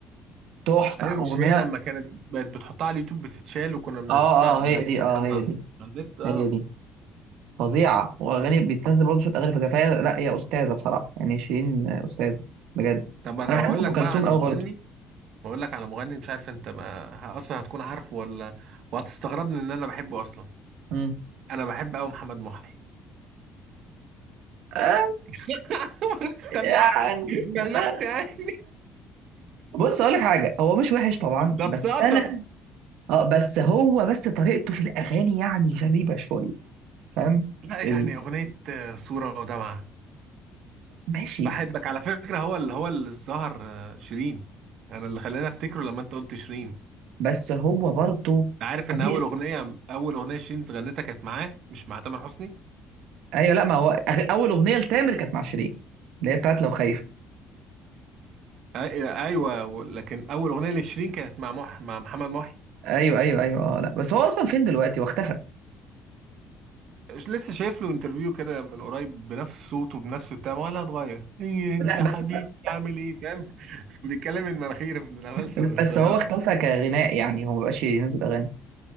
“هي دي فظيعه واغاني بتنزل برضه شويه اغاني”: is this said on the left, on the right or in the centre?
Right